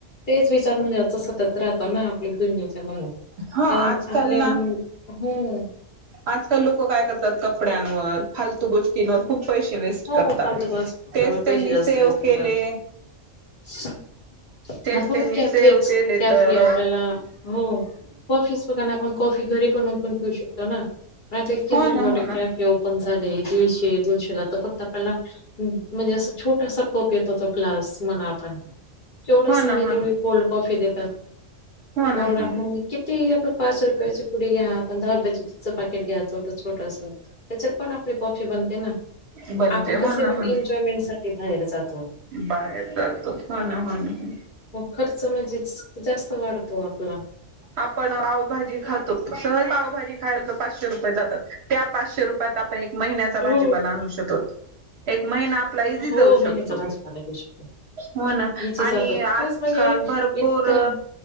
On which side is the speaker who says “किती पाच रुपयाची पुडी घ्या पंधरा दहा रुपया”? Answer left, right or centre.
Left